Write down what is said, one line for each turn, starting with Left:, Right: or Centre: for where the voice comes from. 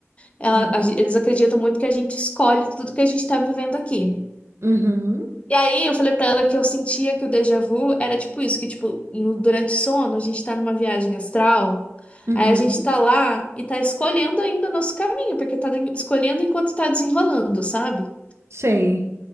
Left: ela-
Right: Uhum,
Left: a gen- eles acreditam muito que a gente escolhe tudo que a gente tá vivendo aqui.
Right: uhum,
Left: E aí eu falei pra ela que eu sentia que o déjà vu era tipo isso, que tipo, no- durante o sono a gente tá numa viagem astral,
Right: uhum,
Left: aí a gente tá lá e tá escolhendo ainda o nosso caminho, porque tá de- escolhendo enquanto tá desenrolando, sabe?
Right: sei.